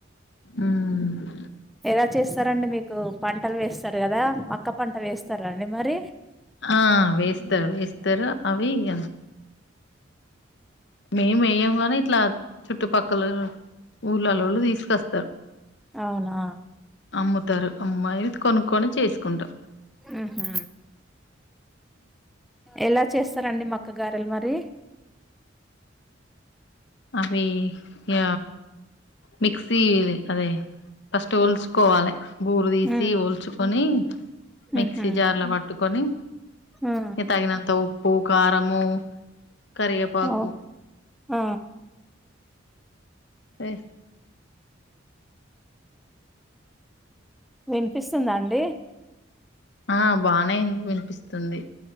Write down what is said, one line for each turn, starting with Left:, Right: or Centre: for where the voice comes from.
Left: ఉమ్
Centre: ఎలా చేస్తారండి మీకు పంటలు వేస్తారు కదా మక్క పంట వేస్తారండి మరి
Left: ఆ వేస్తారు వేస్తారు అవి ఇగ మేం మేయ్యము గని ఇట్లా చుట్టుపక్కల ఊళ్ళలోళ్ళు తీసుకొస్తారు
Centre: అవునా
Left: అమ్ముతారు అమ్మాయే కొనుక్కొని చేసుకుంటా
Centre: ఉహ ఎలా చేస్తారండి మక్క గారెలు మరి
Left: అవి ఇగ మిక్సీ అదే ఫస్ట్ వలుసుకోవాలి బూరు తీసి
Centre: ఉ
Left: వోల్చుకొని మిక్సీ
Centre: ఉహు
Left: జార్ లో పట్టుకొని
Centre: ఆ
Left: ఇక తగినంత ఉప్పు కారము కరివేపాకు
Centre: ఓ ఆ
Left: ఎ
Centre: వినిపిస్తుందా అండి
Left: ఆ బానే వినిపిస్తుంది